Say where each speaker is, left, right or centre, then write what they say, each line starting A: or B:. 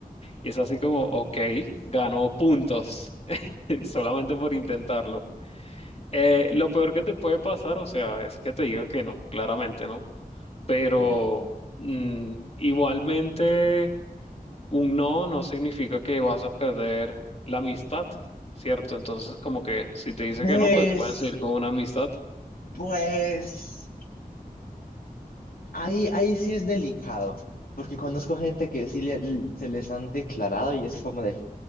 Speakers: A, on the left (about 45°); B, on the left (about 75°).
A: y es así como, ok, ganó puntos <laughs> solamente por intentarlo. Eh, lo peor que te puede pasar, o sea, es que te diga que no, claramente, ¿no? Pero
B: Y
A: mm, igualmente, un no no significa que vas a perder la amistad, ¿cierto? Entonces, como que si te dice
B: pues,
A: que no, pues pueden seguir con una amistad.
B: pues. Ahí, ahí sí es delicado, porque conozco gente que sí le- l- se les han declarado y es como de,